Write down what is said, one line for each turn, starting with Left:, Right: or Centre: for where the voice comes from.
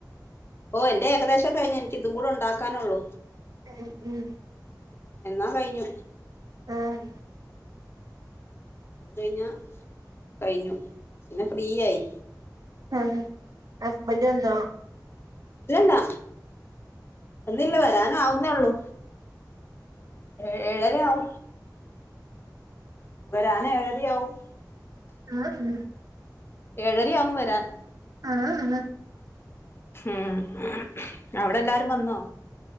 Left: ഓഹ് എന്റെ ഏകദേശം കഴിഞ് എനക്ക് ഇതും കൂടെ ഉണ്ടാക്കാനുള്ളൂ
Right: ഉം
Left: എന്നാ കഴിഞ്ഞു
Right: ആഹ്
Left: അത് കഴിഞ്ഞ കഴിഞ്ഞു പിന്നെ ഫ്രീയയി
Right: ആഹ് ഹസ്ബൻഡ് വന്നോ
Left: ഇല്ലല്ലാ എന്നില്ല വരാ ആവുന്നേ ഉള്ളു ഏ ഏഴരവും വരാന് ഏഴരയാവും
Right: ആഹ് ഹ്
Left: ഏഴരയാവും വരാൻ
Right: ആഹ്
Left: ഉം അവിടെ എല്ലാരും വന്നോ